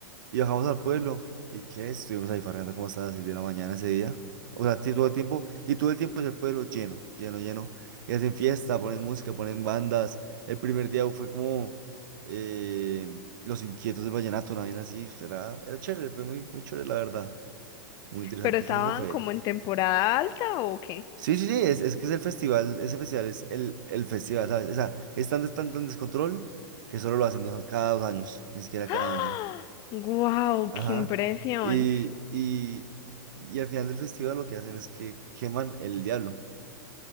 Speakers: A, on the right (about 70°); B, on the left (about 35°).
A: y bajamos al pueblo. ¿Y qué? Estuvimos ahí farreando como hasta las 6 de la mañana ese día. O sea, sí, todo el tiempo. Y todo el tiempo es el pueblo lleno, lleno, lleno. Y hacen fiesta, ponen música, ponen bandas. El primer día fue como eh, Los Inquietos de Vallenato, una vaina así. Era, era chévere, fue muy, muy chévere, la verdad. Muy interesante,
B: ¿Pero estaban
A: pienso que fue.
B: como en temporada alta o qué?
A: Sí, sí, sí, es, es que es el festival, ese festival es el, el festival, ¿sabes? O sea, es tan, tan, tan descontrol que solo lo hacen dos- cada dos años, ni siquiera
B: ¡Ah!
A: cada año.
B: ¡Guau!
A: Ajá.
B: ¡Qué impresión!
A: Y, y, y al final del festival lo que hacen es que queman el diablo.